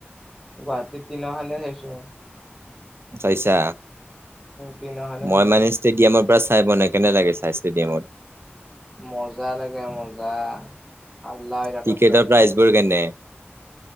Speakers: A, in the centre; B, on the right.
A: গুৱাহাটীত তিনিখনে চাইছোঁ।
B: চাইছা?
A: তিনিওখনে
B: মই
A: চাইছো।
B: মানে ষ্টেডিয়ামৰ পৰা চাই পোৱা নাই। কেনে লাগে চাই ষ্টেডিয়ামত?
A: মজা লাগে মজা হাল্লা হৈ থাকে
B: টিকেটৰ
A: পুৰা একদম।
B: প্ৰাইচ বোৰ কেনে?